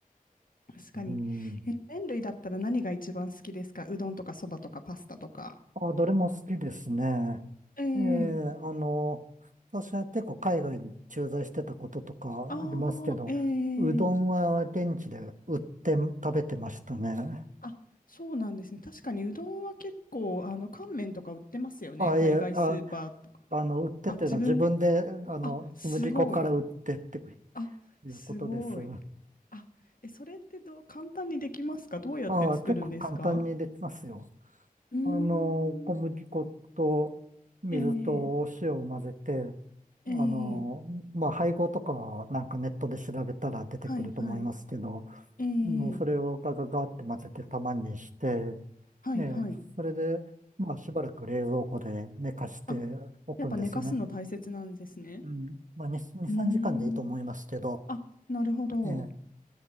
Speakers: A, on the left; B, on the right.
A: 確かに。
B: うん。
A: え麺類だったら何が一番好きですかうどんとかそばとかパスタとか。
B: あ、どれも好きですね。
A: えー、
B: ええ、あの、私は結構海外に駐在してたこととかありますけど、
A: あー、えー、
B: うどんは現地で売って食べてましたね。
A: あ、そうなんですね。確かにうどんは結構、あの、乾麺とか売ってますよね。
B: あ、
A: 海外スーパーとか。
B: いえ、あ、あの、売ってというのは自分で、
A: あ、自分、
B: あの、
A: あ、すごい。
B: 小麦粉から売ってって
A: あ、
B: いうことです。
A: すごい。あ、え、それってどう、簡単にできますかどうやって作るんですか
B: ああ、結構簡単にできますよ。
A: うー
B: あの、小麦粉と水とお塩を混ぜて、
A: ん、ええ、え
B: あの、
A: え、
B: まあ、配合とかはなんかネットで調べたら出てくると思いますけど、
A: はいはい。え
B: あのそれをガガガって混ぜて玉にして、
A: え、はいはい。
B: えーそれで、まあ、しばらく冷蔵庫で寝かして
A: あ、
B: おくんですよね。
A: やっぱ寝かすの大切なんですね。
B: うん。まあ、2、2、
A: うー
B: 3時間でいいと思いますけど、
A: ん、あ、なるほど。
B: え